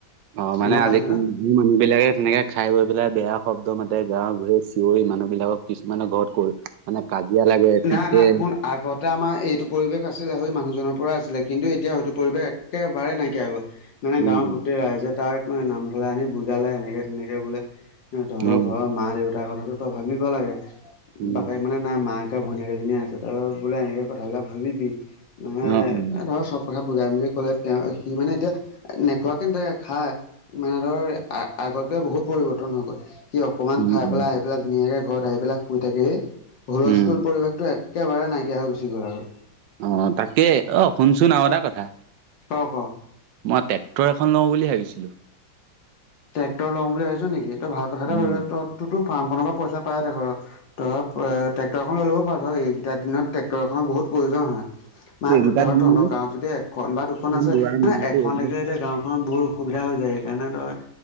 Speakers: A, on the right; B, on the left.
A: অ', মানে
B: গম
A: আজি
B: পাইছ না
A: মানুহ বিলাকে তেনেকে খাই গৈ পেলাই বেয়া শব্দ মাতে, গাঁৱত ঘূৰে চিঞৰি মানুহবিলাকক কিছুমানৰ ঘৰত গৈ মানে কাজিয়া লাগে। পিতে
B: না-না শুন। আগতে আমাৰ এইটো পৰিৱেশ আছিলে, সৈ মানুহজনৰ পৰা আছিলে। কিন্তু এতিয়া সেইটো পৰিৱেশ একেবাৰে নাইকিয়া হৈ গ'ল। মানে
A: উম
B: গাঁওৰ গোটেই ৰাইজে তাক নামঘৰলে আনি বুজালে, এনেকে তেনেকে বোলে। তহঁতৰ
A: উম
B: ঘৰৰ মা দেউতাৰ কথাটো তই ভাবিব লাগে,
A: উম
B: বাপেক
A: উম
B: মানে নাই মাক ভনীয়েক এজনীয়ে আছে, তই বোলে এনেকে কথাবিলাক ভাবিবি, মানে
A: অ উম
B: ধৰক চব কথা বুজাই মেলি ক'লে, তেওঁ সি মানে এতিয়া নেখোৱাকে নথাকে খায়, মানে ধৰ আ আগতকে বহুত পৰিৱৰ্তন হৈ গ'ল, সি অকমান
A: উম
B: খাই
A: উম
B: পেলাই আহি বিলাক ধুনীয়াকে ঘৰত আহি পেলাক শুই থাকেহি, হুলস্থুল
A: উম
B: পৰিৱেশটো একেবাৰে নাইকিয়া হৈ গুচি গ'ল আৰু।
A: অ', তাকেই। অ', শুনচোন আৰু এটা কথা।
B: ক, ক?
A: মই ট্ৰেক্টৰ এখন লওঁ বুলি ভাবিছিলোঁ।
B: ট্ৰেক্টৰ লও বুলি ভাবিছ নেকি? তই ভাল কথা এটা
A: উম
B: ভাবিছ। তোৰতো ফাৰ্মখনৰ পৰা পইচা পায়েই থাক। ত ট্ৰেক্টৰখন লৈ ল'ব পাৰোঁ। ধৰ, এইকেইটা দিনত ট্ৰেক্টৰখনৰ বহুত প্ৰয়োজন হয়। মানে
A: এইকেইটা
B: তোৰ ধৰ
A: দিন
B: তহঁতৰ গাঁৱত যদি এখন বা দুখন আছে,
A: দুৱাৰ মিলাটো
B: মানে এখন
A: এইবিলাক
B: থাকিলে যেতিয়া গাঁওখনত বহুত অসুবিধা হৈ যায়, সেইকাৰণে তই